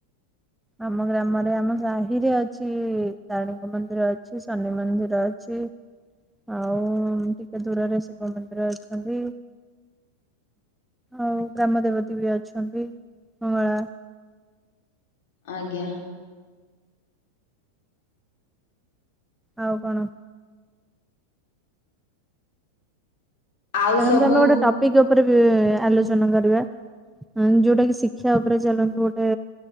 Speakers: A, in the centre; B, on the left (about 50°).
A: ଆମ ଗ୍ରାମରେ ଆମ ସାହିରେ ଅଛି ତାରିଣୀଙ୍କ ମନ୍ଦିର ଅଛି। ଶନି ମନ୍ଦିର ଅଛି।
B: ହୁଁ।
A: ଆଉ ଟିକେ ଦୂରରେ ଶିବ ମନ୍ଦିର ଅଛନ୍ତି। ଆଉ ଗ୍ରାମ ଦେବତୀ ବି ଅଛନ୍ତି, ମଙ୍ଗଳା।
B: ଆଜ୍ଞା।
A: ଆଉ କଣ?
B: ଆଉ
A: ଚାଲନ୍ତୁ
B: ସବୁ
A: ଆମେ ଗୋଟେ ଟପିକ ଉପରେ ବି ଆଲୋଚନା କରିବା। ଆ ଯୋଉଟା କି ଶିକ୍ଷା ଉପରେ ଚାଲନ୍ତୁ ଗୋଟେ